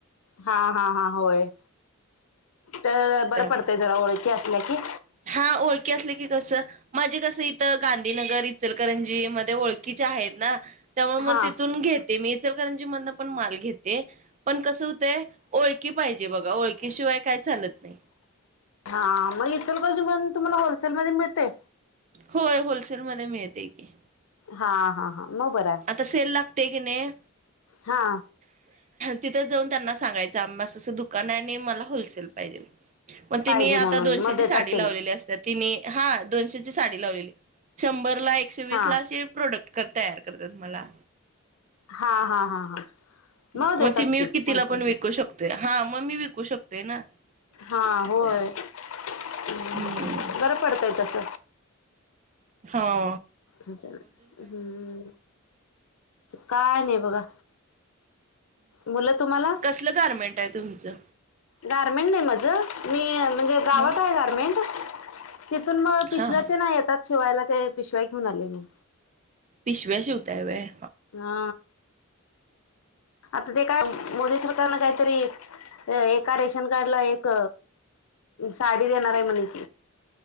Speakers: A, on the left; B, on the right.
A: हा हा हा, होय, त बरं
B: त्यामुळे
A: पडतय जरा ओळखी असल्या की
B: हा ओळखी असल्या की कसं माझी कस इथं गांधीनगर, इचलकरंजी मध्ये ओळखीच्या हाईत ना त्यामुळ
A: हा
B: म तिथून घेते मी, इचलकरंजी मधन पण माल घेते. पण कसं होतय, ओळखी पाहिजे बघा, ओळखी शिवाय काय चालत नाही.
A: हा म इचलकरंजी मधून तुम्हाला होलसेल मध्ये मिळतय.
B: होय होलसेलमध्ये मिळतय की
A: हा हा हा म बरं हाय.
B: आता सेल लागतय क नय
A: हा
B: तिथंच जाऊन त्यांना सांगायचं, आम अससं दुकान आहे आणि मला होलसेल पाहिजेल. म तिनी
A: पाहिजे म्हणून
B: आता दोनशे
A: मग
B: ची
A: देतात
B: साडी
A: त्यानी
B: लावलेली अस त तिनी हा, दोनशेची साडी लावलेली, शंभरला, एकशे वीस
A: हा
B: ला, अशी प्रोडक्ट कर तयार करतात मला
A: हा हा हा हा मग
B: ह
A: देतात
B: म ती मी
A: की
B: कितिला
A: होलसेल
B: पण विकू शकतेय हा म मी विकू शकतेय ना.
A: हा
B: असं
A: होय
B: आहे
A: हम्म
B: हम्म
A: बरं पडतय तस
B: हो.
A: हं चल हम्म काय नाय बघा मुलं तुम्हाला
B: कसलं गार्मेंट आहे तुमचं
A: गारमेट नाही माझं मी म्हणजे गावात
B: ह
A: आहे गारमेंटम. तिथून मग
B: हा
A: पिशव्या
B: हा
A: ते नाही येतात शिवायला ते पिशव्या घेऊन आले मी.
B: पिशव्या शिवताय वय.
A: हा आता ते का मोदी सरकारन काहीतरी. एका रेशन कार्ड ला एक साडी देणार आहे म्हणे.